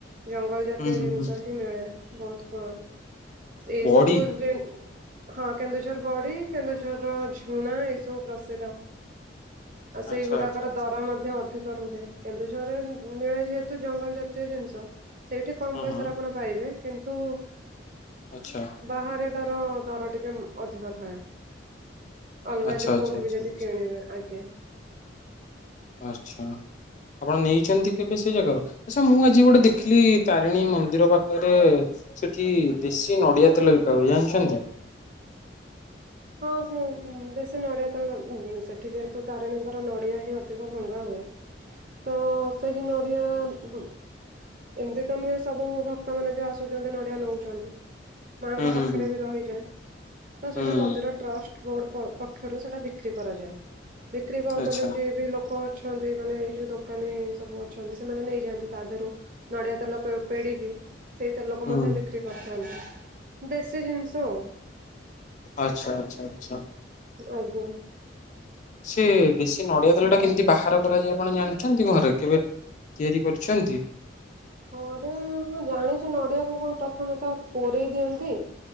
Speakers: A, on the right (about 45°); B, on the left (about 40°).
A: ଜଙ୍ଗଲ ଜାତୀୟ
B: ହୁଁ ହୁଁ
A: ଜିନିଷ
B: ହୁଁ।
A: ହିଁ ମିଳେ। ବହୁତ କମ ଏଇସବୁ
B: ବଡି
A: ଯେ ହଁ କେନ୍ଦୁଝର ବଡି କେନ୍ଦୁଝରର ଝୁଣା ଏସବୁ ପ୍ରସିଦ୍ଧ। ଆଉ ସେଇଗୁଡାକର
B: ଆଚ୍ଛା ଆଚ୍ଛା ଆଚ୍ଛା
A: ଦର ମଧ୍ୟ ଅଧିକ। ରୁହେ କେନ୍ଦୁଝରରେ ମିଳେ ଯେହେତୁ ଜଙ୍ଗଲ ଜାତୀୟ ଜିନିଷ ସେଇଠି କମ
B: ହଁ
A: ପଇସାରେ
B: ହଁ
A: ଆପଣ ପାଇବେ କିନ୍ତୁ
B: ଆଚ୍ଛା
A: ବାହାରେ ଦର ଟିକେ ଅଧିକ ଥାଏ। ଅଲଗା
B: ଆଚ୍ଛା
A: ଯୋଗୁଁ
B: ଆଚ୍ଛା
A: କୋଉଁଠି
B: ଆଚ୍ଛା।
A: ବି ଯଦି
B: ଆଚ୍ଛା
A: କିଣିବ ଆଜ୍ଞା।
B: ଆଚ୍ଛା। ଆପଣ ନେଇଛନ୍ତି। କେବେ ସେ ଜାଗାରୁ ଆଛା ମୁଁ ଆଜି ଗୋଟେ ଦେଖିଲି ତାରିଣୀ ମନ୍ଦିର ପାଖରେ ସେଠି ଦେଶୀ ନଡିଆ ତେଲ ବିକା ହୁଏ ଜାଣିଛନ୍ତି?
A: ହଁ ହଁ ହଁ ଦେଶୀ ନଡ଼ିଆ ତ ସେଠି ଯେହେତୁ ତାରିଣୀଙ୍କର ନଡ଼ିଆ ନଡିଆ ହିଁ ଅଧିକ ଭଙ୍ଗା ହୁଏ ତ ସେଇ ନଡିଆ ଏମିତି ତ ନୁହେଁ। ସବୁ ଭକ୍ତ ମାନ ଯୋଉଁ ଆସୁଛନ୍ତି ନଡିଆ ନଉଛନ୍ତି। ମାଙ୍କ
B: ହୁଁ ହୁଁ
A: ପାଖରେ
B: ହୁଁ।
A: ବି ରହିଯାଏ ତ
B: ହୁଁ
A: ସେଇଟା ମନ୍ଦିର ଟ୍ରଷ୍ଟ ବୋର୍ଡ ପକ୍ଷରୁ ସେଟା ବିକ୍ରି କରାଯାଏ ବିକ୍ରି କରିଦେଲେ
B: ଆଚ୍ଛା
A: ଯିଏ ବି ଲୋକ ଅଛନ୍ତି ମାନେ ଯୋଉ ଦୋକାନୀ ସବୁ ଅଛନ୍ତି ସେମାନେ ନେଇଯାଆନ୍ତି ତା ଦେହରୁ ନଡିଆ ତେଲ ପେଡିକି ସେଇ ତେଲ କୁ
B: ହୁଁ
A: ମଧ୍ୟ ବିକ୍ରି କରିଥାନ୍ତି ଦେଶୀ ଜିନିଷ ଆଉ।
B: ଆଛା ଆଚ୍ଛା ଆଚ୍ଛା।
A: ଆଜ୍ଞା।
B: ସେ ବେଶୀ ନଡ଼ିଆ ତେଲ ଟା କେମିତି ବାହାର କରାଯାଏ ଆପଣ ଜାଣିଛନ୍ତି? ଘରେ କେବେ ତିଆରି କରିୁଛନ୍ତି?
A: ଘରେ ହଁ ଜାଣିଛୁ ନଡ଼ିଆକୁ କଣ ପ୍ରଥମେ ତ କୋରେଇ ଦିଅନ୍ତି